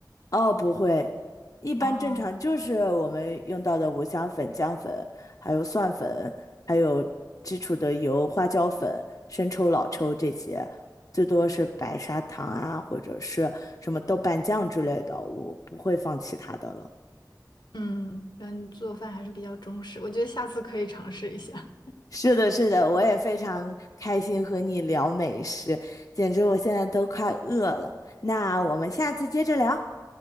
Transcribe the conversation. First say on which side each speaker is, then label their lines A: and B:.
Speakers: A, on the left; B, on the left.
A: 哦，不会，一般正常就是我们用到的五香粉、
B: 啊？
A: 姜粉，还有蒜粉，还有基础的油、花椒粉、生抽、老抽这些，最多是白砂糖啊，或者是什么豆瓣酱之类的，我不会放其他的了。
B: 嗯，那你做饭还是比较中式，我觉得下次可以尝试一下。
A: 是的，是的，我也非常开心和你聊美食，简直我现在都快饿了。那我们下次接着聊。